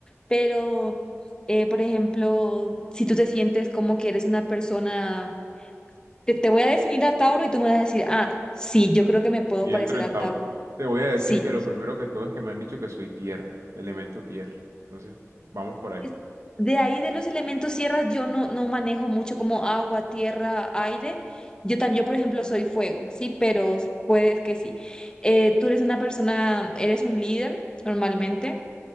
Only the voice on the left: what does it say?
pero eh, por ejemplo, si tú te sientes como que eres una persona, te, te voy a definir a Tauro y tú me vas a decir, ah, sí, yo creo que me puedo
parecer
a
Tauro.
Sí.
Pues de ahí de los elementos tierras yo no, no manejo mucho como agua, tierra, aire. Yo también, yo por ejemplo
soy fuego, sí, pero puedes que sí. Eh, tú eres una persona, eres un líder normalmente,